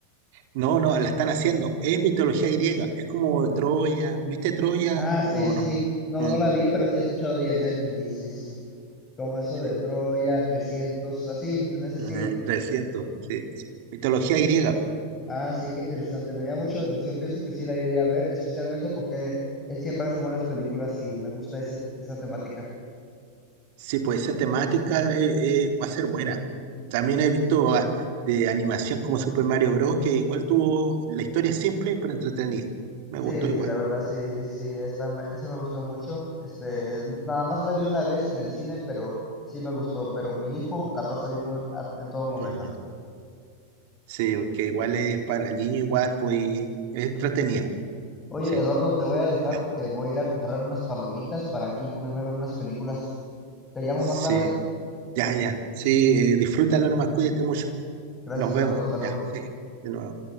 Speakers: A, on the right; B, on the left.
A: no, no, la están haciendo. Es mitología griega, es como Troya, ¿viste Troya
B: Ah, sí,
A: o
B: sí,
A: no?
B: sí. No,
A: Mm,
B: no la vi, pero sí he escuchado de ella, ya entendí. Sí, sí, sí. Como eso
A: sí.
B: de Troya, 300, así, en ese
A: Mm,
B: estilo.
A: 300, sí. Mitología
B: Sí.
A: griega,
B: Ah, sí, qué interesante. Me llama mucho la atención. Pienso que sí la iré a ver, especialmente porque él siempre hace buenas películas y me gusta ese, esa temática.
A: Sí, pues esa temática eh, eh, va a ser buena. También he visto ah, de animación como Super Mario Bros. que igual tuvo la historia simple pero entretenida. Me
B: Sí,
A: gustó igual.
B: la verdad sí, sí, esta me, esa me gustó mucho. Este, nada más la vi una vez en el cine, pero sí me gustó. Pero mi hijo la pasa viendo a- en todo momento.
A: Ujú. Sí, que igual es para niños igual, pues y es entretenido.
B: Oye,
A: Sí.
B: Eduardo, te voy a dejar
A: Ah,
B: porque voy a ir a comprar unas palomitas para aquí ponerme a ver unas películas. Te llamo
A: sí,
B: más tarde.
A: ya, ya. Sí, eh, disfrútalo nomás, cuídate mucho.
B: Gracias,
A: Nos
B: Eduardo.
A: vemos.
B: Hasta luego.
A: Ya, sí, de nuevo.